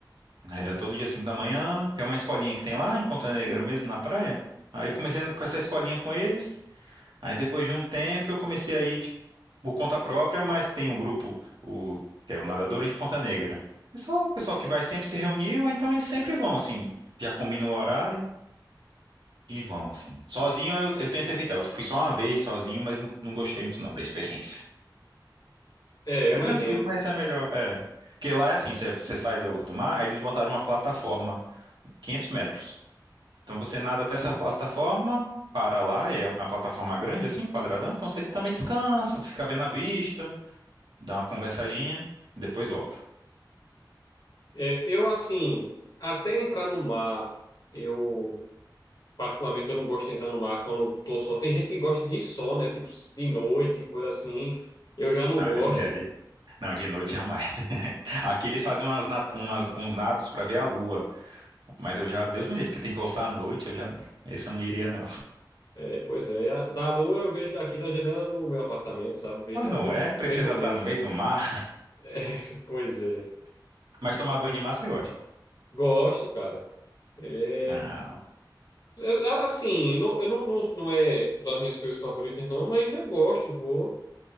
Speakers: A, on the right (about 70°); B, on the left (about 60°).
A: Era todo dia 5 da manhã, que é uma escolinha que tem lá em Ponta Negra mesmo, na praia. Aí eu comecei com essa escolinha com eles. Aí depois de um tempo eu comecei a ir, tipo, por conta própria, mas tem um grupo, o, que é o Nadadores de Ponta Negra. É só o pessoal que vai sempre se reunir, ou então eles sempre vão, assim, já combinam o horário e vão, assim. Sozinho eu, eu tento evitar. Eu fui só uma vez sozinho, mas não, não gostei muito não da experiência.
B: É, eu
A: É
B: imagino.
A: tranquilo, mas é melhor, é. Porque lá é assim, você você sai do, do mar, aí eles botaram uma plataforma 500 metros. Então você nada até essa plataforma, para lá, é uma plataforma grande assim, quadradão, então você também descansa, fica vendo a vista, dá uma conversadinha, e depois volta.
B: É, eu assim, até entrar no mar, eu particularmente eu não gosto de entrar no mar quando tô só. Tem gente que gosta de ir só, né? Tipo de noite, coisa assim. Eu já não
A: Não,
B: gosto.
A: é Deus me livre. Não, de noite jamais. <laughs> Aqui eles fazem umas, na- umas- uns nados para ver a lua, mas eu já, Deus me livre, porque tem que voltar à noite, eu já, esse eu não iria não.
B: É, pois é, A- da lua eu vejo daqui da janela do meu apartamento, sabe? Vejo
A: Pois
B: ela
A: não
B: bem,
A: é, precisa
B: bem bonita.
A: estar no meio
B: <laughs>
A: do mar,
B: É, pois é.
A: <laughs> mas tomar banho de mar você gosta.
B: Gosto, cara. É,
A: Ah,
B: eu- a- assim, não, eu não, não, não é das minhas coisas favoritas, não, mas eu gosto, vou.